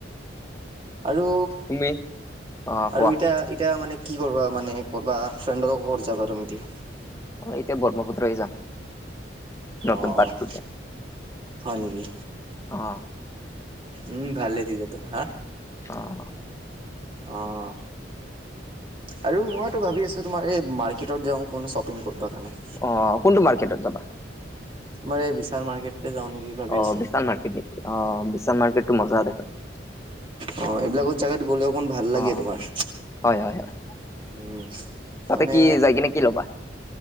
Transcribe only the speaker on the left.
তুমি? অ
কোৱা
এতিয়া ব্ৰহ্মপুত্ৰই যাম। নতুন
পাৰ্কটোতে
অ
অ',
অ', কোনটো মাৰ্কেটত যাবা?
অ',
বিশাল মাৰ্কেট নেকি অ' বিশাল মাৰ্কেট টো মজা দেখোন।
অ
হয় হয় হয়
তাতে
কি যাই কিনে কি ল'বা